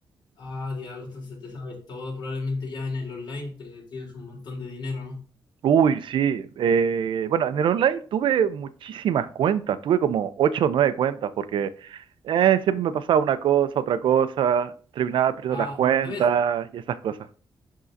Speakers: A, on the left; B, on the right.
A: Ah, diablo, entonces te sabes todo, probablemente ya en el online te tienes un montón de dinero, ¿no?
B: Uy, sí. eh, bueno, en el online tuve muchísimas cuentas, tuve como ocho o nueve cuentas, porque eh, siempre me pasaba una cosa, otra cosa, terminaba perdiendo
A: Ah,
B: las cuentas
A: ¿sabes?
B: y esas cosas.